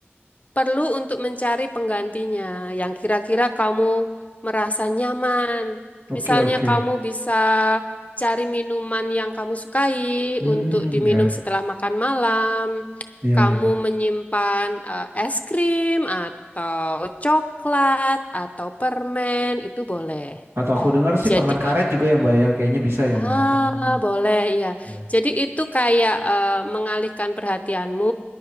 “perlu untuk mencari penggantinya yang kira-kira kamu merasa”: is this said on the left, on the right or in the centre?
Left